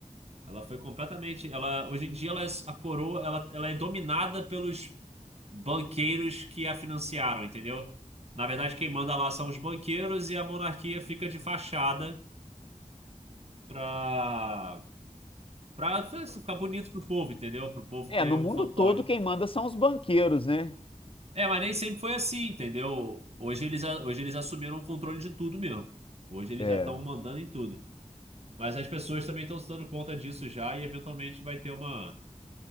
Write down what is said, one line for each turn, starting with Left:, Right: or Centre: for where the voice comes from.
Right: Ela foi completamente. Ela, hoje em dia, ela é, a coroa, ela, ela é dominada pelos banqueiros que a financiaram, entendeu? Na verdade, quem manda lá são os banqueiros e a monarquia fica de fachada pra, pra ficar bonito pro povo, entendeu? Pro povo
Left: É,
Right: ter
Left: no
Right: um
Left: mundo
Right: fantoche.
Left: todo quem manda são os banqueiros, né?
Right: É, mas nem sempre foi assim, entendeu? Hoje eles, a- hoje eles assumiram o controle de tudo mesmo. Hoje eles
Left: É,
Right: já estão mandando em tudo. Mas as pessoas também estão se dando conta disso já e eventualmente vai ter uma.